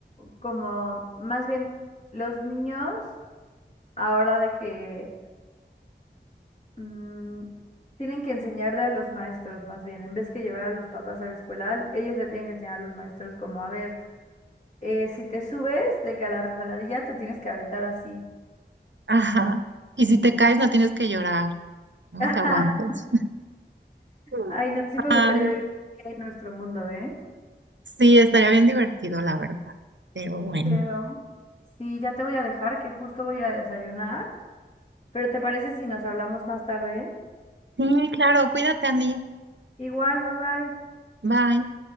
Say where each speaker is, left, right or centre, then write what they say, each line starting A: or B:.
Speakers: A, on the left (about 40°); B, on the right (about 75°).
A: como, más bien los niños, ahora de que mm, tienen que enseñarle a los maestros, más bien, en vez que llevar a los papás a la escuela, ellos le tienen que enseñar a los maestros como, a ver, eh, si te subes de que a la resbaladilla te tienes que aventar así.
B: Ajá. Y si te caes, no tienes que llorar, no
A: <laughs>
B: te aguantas. <laughs>
A: Ay, no, sí me
B: Ay,
A: gustaría vivir en nuestro mundo, ¿eh?
B: sí, estaría bien divertido, la verdad. Pero bueno.
A: Pero sí, ya te voy a dejar, que justo voy a ir a desayunar. Pero ¿te parece si nos hablamos más tarde?
B: Sí, claro, cuídate, Andy.
A: Igual, bye bye.
B: Bye.